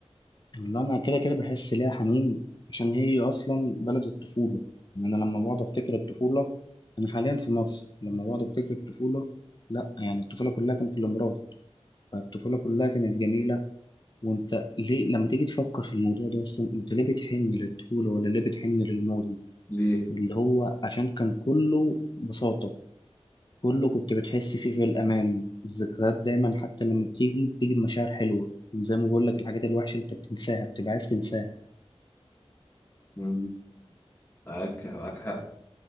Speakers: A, on the left (about 40°); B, on the left (about 20°).
A: والله انا كده كده بحس ليها حنين عشان هي اصلا بلد الطفوله يعني انا لما بقعد افتكر الطفوله انا حاليا في مصر لما بقعد افتكر الطفوله لا يعني الطفوله كلها كانت في الامارات فالطفوله كلها كانت جميله وانت ليه لما تيجي تفكر في الموضوع ده اصلا انت ليه بتحن للطفوله ولا ليه بتحن للماضي
B: ليه؟
A: اللي هو عشان كان كله بساطه كله كنت بتحس فيه في الامان الذكريات دايما حتى لما بتيجي بتيجي بمشاعر حلوه زي ما بقول لك الحاجات الوحشه انت بتنساها بتبقى عايز تنساها
B: مم. معاك معاك حق